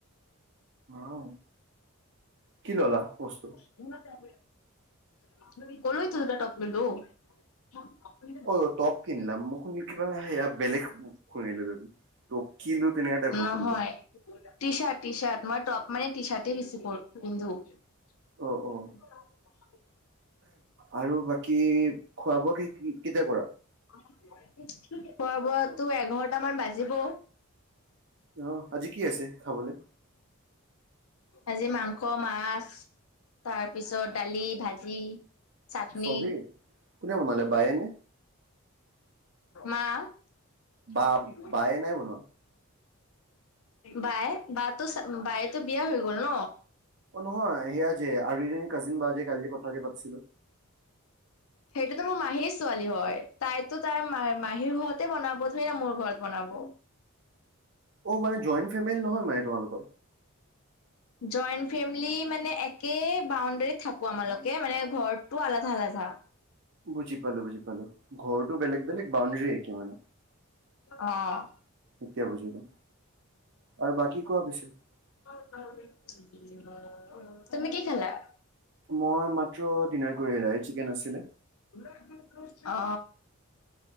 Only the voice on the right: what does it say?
অ কি ললা বস্তু?
অ অ টপ কিনিলাম মই শুন কিবা সেয়া বেলেগ শুনিলো যদি ত কিলো তেনেকা টাইপ
সোনিলো।
অ'
অ' আৰু বাকী খোৱা বোৱা কি কেতিয়া কৰা?
অ আজি কি আছে খাবলে?
চবি কোনে বনালে বায়েনে?
বা বায়ে নাই বনোৱা?
অ নহয় সেয়া যে আৰু জনী কাজিন বা যে কালি যে কথা যে পাতিছিলো।
অ মানে জইণ্ট ফেমিল নহয় মানে তোমালোকৰ?
বুজি পালো, বুজি পালো। ঘৰটো বেলেগ বেলেগ বাউণ্ডাৰী একে মানে।
এতিয়া বুজিলো আৰু বাকী কোৱা পিছে
মই মাত্ৰ দিনাৰ কৰি আহিলা ৰাইট চিকেন আছিলে।